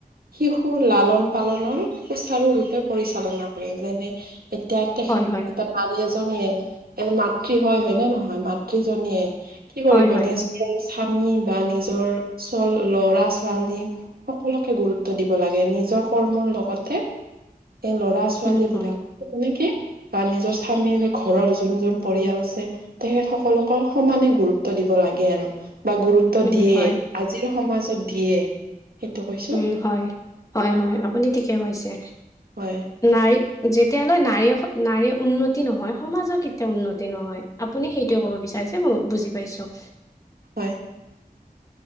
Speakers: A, on the right; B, on the left.
A: শিশুৰ লালন পালনৰ সুচাৰুৰূপে পৰিচালনা কৰে, যেনে এতিয়া তেখেত
B: হয়, হয়,
A: এতিয়া নাৰী এ এজনীয়ে মাতৃ হয়, হয় নে নহয় মাতৃজনীয়ে কি কৰিব
B: হয়, হয়,
A: নিজৰ নি বা নিজৰ চল ল'ৰা-ছোৱালী সকলোকে গুৰুত গুৰুত্ব দিব লাগে, নিজৰ কৰ্মৰ লগতে এই ল'ৰা-ছোৱালী
B: উম, হয়,
A: বিলাক তেনেকে বা নিজৰ স্বামীৰ ঘৰৰ যোন যোন পৰিয়াল আছে। তেখেত সকলক সমানে গুৰুত্ব দি ব লাগে আৰু বা গুৰুত্ব
B: উম,
A: দিয়ে,
B: হয়,
A: আজিৰ সমাজত দিয়ে। সেইটো কৈছো
B: উম, হয়, হয়, হয় আপুনি ঠিকে কৈছে।
A: হয়
B: না যেতিয়ালৈ নাৰী, নাৰী উন্নতি নহয় সমাজৰ কেতিয়াও উন্নতি নহয়। আপুনি সেইটোয়ে কব বিচাৰিছে মই বুজি পাইছোঁ।
A: হয়